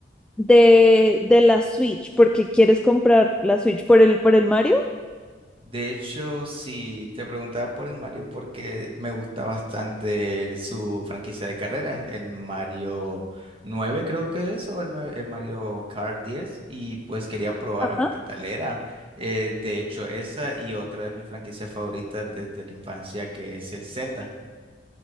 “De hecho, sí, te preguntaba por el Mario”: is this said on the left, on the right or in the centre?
Right